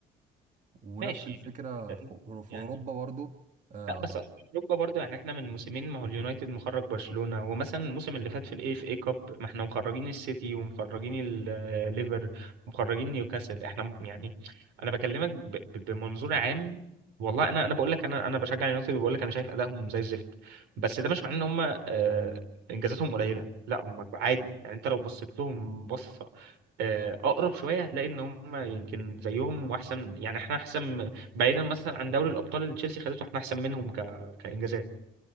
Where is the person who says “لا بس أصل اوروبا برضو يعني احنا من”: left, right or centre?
Right